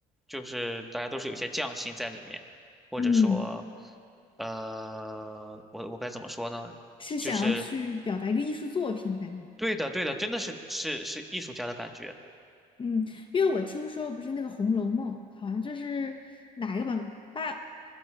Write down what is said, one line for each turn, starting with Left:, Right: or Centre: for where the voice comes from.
Centre: 就是大家都是有些匠心在里面，或者说，
Left: 嗯，
Centre: 呃，我我该怎么说呢？
Left: 是想要去表达一个艺术作品的感觉。
Centre: 就是对的，对的，真的是是是艺术家的感觉
Left: 嗯，因为我听说不是那个《红楼梦》，好像就是哪一个版八，